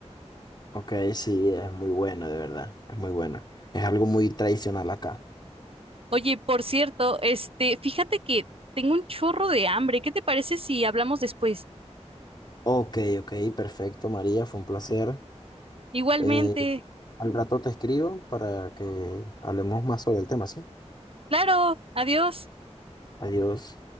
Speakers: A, on the left; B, on the right.
A: Ok, sí, es muy bueno, de verdad. Es muy bueno. Es algo muy tradicional acá.
B: Oye, por cierto, este, fíjate que tengo un chorro de hambre. ¿Qué te parece si hablamos después?
A: Ok, ok, perfecto, María. Fue un placer.
B: Igualmente.
A: Eh, al rato te escribo para que hablemos más sobre el tema, ¿sí?
B: Claro, adiós.
A: Adiós.